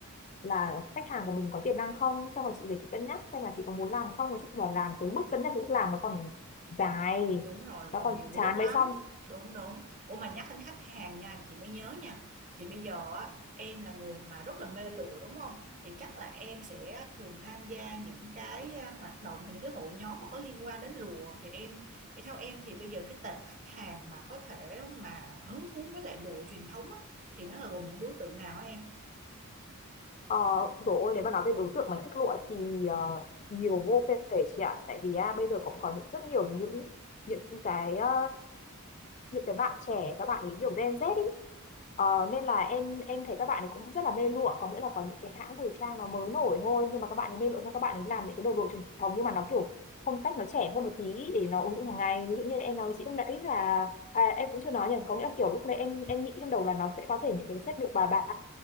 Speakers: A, on the left; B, on the right.
A: là khách hàng của mình có tiềm năng không xong rồi chị về chị cân nhắc xem là chị có muốn làm không nói chung là làm tới bước cân nhắc đến bước làm nó còn dài
B: Đúng rồi,
A: nó
B: còn
A: còn
B: nhiều bước
A: chán
B: lắm.
A: mới xong
B: Đúng đúng. Ủa mà nhắc đến khách hàng nha, chị mới nhớ nha. Thì bây giờ á, em là người mà rất là mê lụa đúng không? Thì chắc là em sẽ thường tham gia những cái à, hoạt động hay những cái hội nhóm mà có liên quan đến lụa thì em theo em thì bây giờ cái tệp khách hàng mà có thể mà hứng thú với lại lụa truyền thống á, thì nó là gồm những đối tượng nào á em?
A: ờ rồi ôi nếu mà nói về đối tượng mà thích lụa thì ờ, nhiều vô kể chị ạ tại vì à, bây giờ cũng có những rất nhiều những những cái ờ, những cái bạn trẻ các bạn ấy kiểu Gen Z ý Ờ, nên là em em thấy các bạn ấy cũng rất là mê lụa có nghĩa là có những cái hãng thời trang nó mới nổi thôi nhưng mà các bạn ấy mê lụa cho các bạn ấy làm những cái đồ lụa truyền thống nhưng mà nó kiểu phong cách nó trẻ hơn một tí để nó ứng dụng hàng ngày ví dụ như em nói với chị lúc nãy là à, em cũng chưa nói nhỉ có nghĩa là kiểu lúc nãy em em nghĩ trong đầu là nó sẽ có thể những cái set lụa bà ba